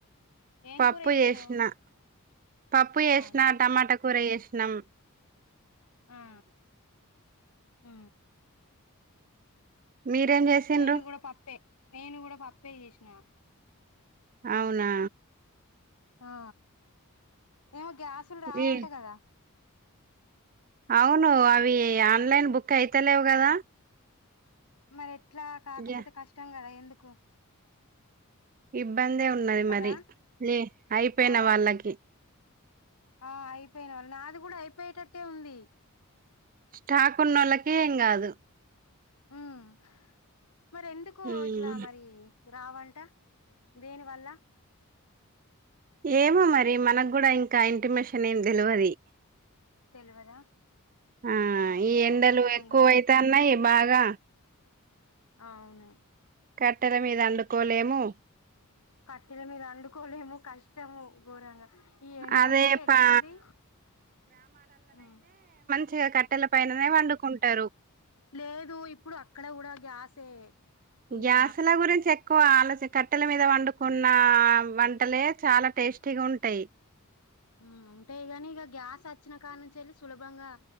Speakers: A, on the left; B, on the right.
A: ఏం
B: పప్పు
A: కూర చేసినావు
B: జేసినా పప్పు ఏసిన
A: అవునా
B: టమాటా కూర ఏ సినాం
A: ఆ ఉ
B: మీరేం చేసిండ్రు
A: నేను కూడా పప్పే నేను కూడా పప్పే చేసినా
B: అవునా
A: ఆ ఏమో గ్యాసులు రావంట
B: ఈ
A: కదా
B: అవును అవి ఆన్లైన్ బుక్ అయితలేవు కదా
A: మరి ఎట్లా కాకపోతే
B: ఇగ
A: కష్టం కదా ఎందుకు
B: ఇబ్బందే ఉన్నది
A: కదా
B: మరి లే అయిపోయిన
A: ఆ
B: వాళ్ళకి
A: ఆ అయిపోయిన వాళ్ నాది కూడా అయిపోయేటట్టే ఉంది
B: స్టాక్ ఉన్న వోళ్ళకి ఎం గా దు
A: ఉమ్ మరి ఎందుకు
B: ఉమ్,
A: ఇట్లా మరి రావంట దేని వల్ల
B: ఏమో మరి మనకుగూడ ఇంకా ఇంటిమేషన్ ఏం దే లవది
A: తెలివదా
B: ఆ
A: అయ్యో
B: ఈ ఎండలు
A: కష్టంగా
B: ఎక్కువ అయితన్నాయ్ బాగా
A: అవును
B: కట్టెల మీద అండుకోలేము
A: కట్టెల మీద అండుకోలేము కష్టము ఘోరంగా ఈ ఎండనే
B: అదే
A: ఎట్లుంది
B: పా
A: ఉ
B: చిగా కట్టెల పైననే వండుకుంటారు
A: లేదు ఇప్పుడు అక్కడ కూడ గ్యాసే. ఇగ
B: గ్యాస్ల గురించి ఎక్కువ ఆలోచ, కట్టెల మీద వండుకున్న వంటలే చాలా టేస్టీగుంటాయి.
A: మ్ ఉంటాయి గాని, ఇగ గ్యాస్ వచ్చిన కాలనుంచి వెళ్ళి సులభంగా